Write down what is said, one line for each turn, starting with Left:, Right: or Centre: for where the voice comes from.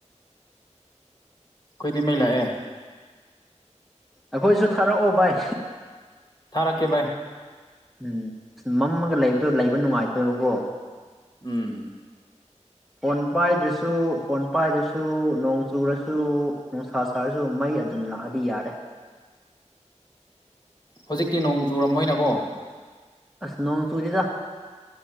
Left: ꯈꯣꯏꯗꯤ ꯃꯩ ꯂꯥꯛꯑꯦ
Centre: ꯑꯩꯈꯣꯏꯁꯨ ꯊꯥꯔꯛꯑꯣ ꯚꯥꯏ
Left: ꯊꯥꯔꯛꯀꯦ ꯕꯥꯏ
Centre: ꯎꯝ ꯃꯝꯃꯒ ꯂꯩꯕꯗꯣ ꯂꯩꯕ ꯅꯨꯡꯉꯥꯏꯇꯦꯕꯀꯣ
Left: ꯎꯝ
Centre: ꯐꯣꯟ ꯄꯥꯏꯗ꯭ꯔꯁꯨ ꯐꯣꯟ ꯄꯥꯏꯗ꯭ꯔꯁꯨ ꯅꯣꯡ ꯆꯨꯔꯁꯨ ꯅꯨꯡꯁꯥ ꯁꯥꯔꯁꯨ ꯃꯩ ꯗꯨꯝ ꯂꯥꯛꯑꯗꯤ ꯌꯥꯔꯦ
Left: ꯍꯨꯖꯤꯛꯇꯤ ꯅꯣꯡ ꯆꯨꯔꯝꯃꯣꯏꯅꯀꯣ
Centre: ꯑꯁ ꯅꯣꯡ ꯆꯨꯔꯤꯗ